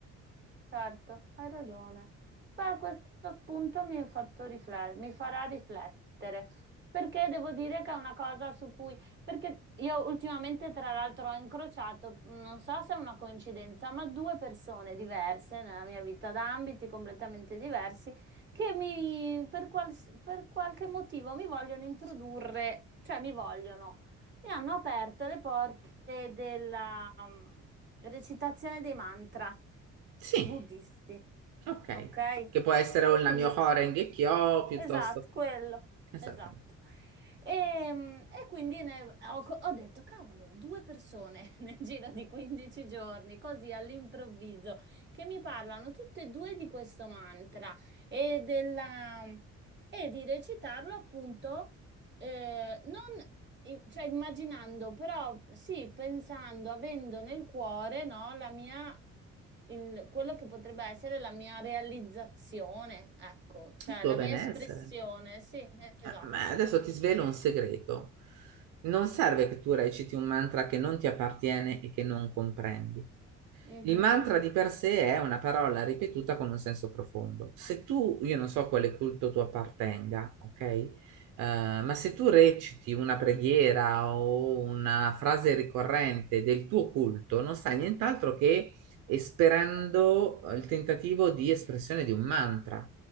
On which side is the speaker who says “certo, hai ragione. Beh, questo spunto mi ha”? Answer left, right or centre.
Right